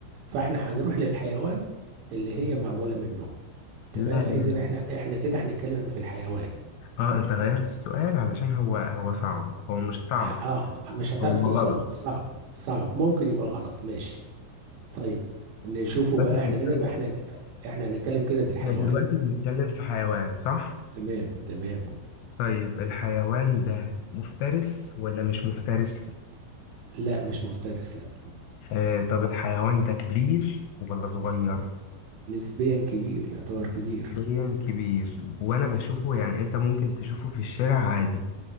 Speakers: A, on the right; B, on the left.
A: فاحنا هنروح للحيوان اللي هي معموله منه تمام
B: لا
A: فاذا
B: لا لا.
A: احنا احنا كده هنتكلم في الحيوان
B: اه انت غيرت السؤال علشان هو هو صعب هو مش صعب
A: ه- اه مش هتعرف
B: هو
A: توصل
B: غلط
A: له صعب صعب ممكن يبقى غلط ماشي طيب نشوفه
B: دلوقتي
A: بقى احنا
B: بنتكلم
A: كده بقى احنا نك- احنا هنتكلم كده في الحيوان
B: احنا دلوقتي بنتكلم في حيوان صح؟
A: تمام تمام
B: طيب الحيوان ده مفترس ولا مش مفترس؟
A: لا مش مفترس لا
B: آه طب الحيوان ده كبير ولا صغير؟
A: نسبيا كبير يعتبر كبير
B: حاليا كبير وانا بشوفه يعني انت ممكن تشوفه في الشارع عادي